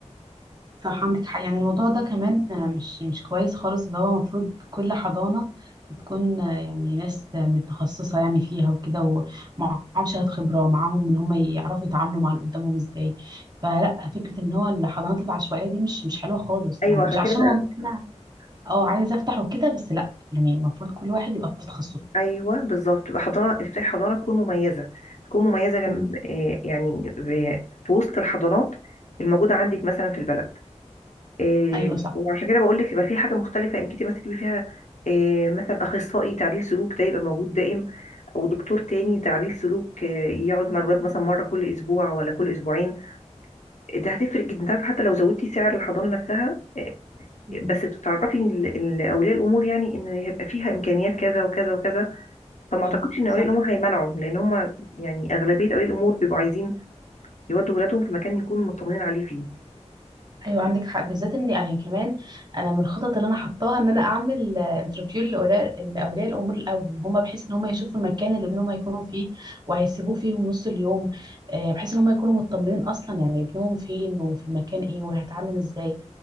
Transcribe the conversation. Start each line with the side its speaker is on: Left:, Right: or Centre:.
Right: صح عندك حق يعني الموضوع ده كمان آه، مش مش كويس خالص اللي هو المفروض كل حضانه بتكون آه، يعني ناس آه، متخصصه يعني فيها وكده ومعاهم شهاده خبره ومعاهم ان هم يعرفوا يتعاملوا مع اللي قدامهم ازاي فلا فكره ان هو الحضانات العشوائيه دي مش مش حلوه خالص
Left: ايوه
Right: يعني مش
Left: عشان
Right: عشان
Left: كده
Right: والله انا اه عايزه افتح وكده بس لا يعني المفروض كل واحد يبقى في تخصصه
Left: ايوه بالظبط تبقى حضاره تفتحي حضاره تكون مميزه تكون مميزه جم...
Right: مم.
Left: آه، يعني ب- في وسط الحضارات الموجوده عندك مثلا في البلد آه،
Right: ايوه صح
Left: وعشان كده بقول لك يبقى في حاجه مختلفه انك انت مثلا تجيبي فيها آه، مثلا اخصائي تعديل سلوك ده يبقى موجود دائم او دكتور تاني تعديل سلوك آه، يقعد مع الولاد مثلا مره كل اسبوع ولا كل اسبوعين ده هتفرق جدا تعرف حتى لو زودتي سعر الحضانه نفسها آه،
Right: مم.
Left: بس تعرفي إن ال- إن اولياء الامور يعني ان هيبقى فيها امكانيات كذا وكذا وكذا فما
Right: ايوه
Left: اعتقدش ان اولياء
Right: صح
Left: الامور هيمنعوا لان هم يعني اغلبيه اولياء الامور بيبقوا عايزين يودوا ولادهم في مكان يكون مطمنين عليه فيه
Right: ايوه عندك حق بالذات ان يعني كمان انا من الخطط اللي انا حطاها ان انا اعمل انترفيو لاولياء لاولياء الامور الاول ان هم بحيث ان هم يشوفوا المكان اللي ابنهم هيكونوا فيه وهيسيبوه فيهم نص اليوم آه، بحيث ان هم يكونوا مطمنين اصلا يعني ابنهم فين وفي المكان ايه وهيتعامل ازاي